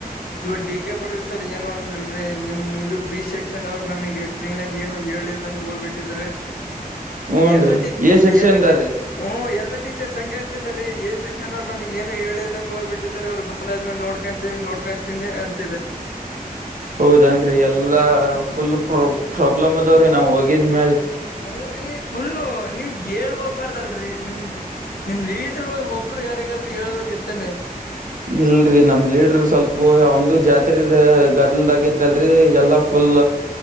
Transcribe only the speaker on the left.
ಇವು ಡಿ ಕೆ ಪಟೇಲ್ ಸರ್ ಏನು ಅಿ ನಿಮ್ ಇದು ಬಿ ಸೆಕ್ಷನ್ ಅವರು ನಮಗೆ ಕ್ಲೀನ್ ಆಗಿ ಏನು ಹೇಳಿಲ್ದಂಗಗೆ ಹೋಗ್ಬಿಟ್ಟಿದ್ರೆ
ಎಲ್ಲ
ಟ
ಎಲ್ಲ ಟ ಹ್ಮ ಎಲ್ಲ ಟೀಚರ್ಸ್ ಹಗೆ ಅಂತಿದೀ ಶಕ್ತಿ ಚನ್ ನಮಗ್ ಏನು ಹೇಳಲ್ದಂಗ ಹ್ಬ ಬಿಟ್ಟಿದಿದ್ದಾರೆ ಅವ್ ಬಂದಾದ್ಮ ನೋಡ್ಕೊಂತೀ ನೋ ಹಂತಿ
ಹ್ಮ ರರಿ ಫುಲ್ಲು ನೀವ್ ಹೇಳ್ಬಕ್ ಬಾರ್ದಲ್ರರಿ ನಿಮ್ದ ನಿಮ್ ಲೀಡರು ಒಬ್ರು ಯಾರಿಗಾದ್ರರು ಹೇಳ್ಬೇಕಕ್ ಇತ್ತೇನೆ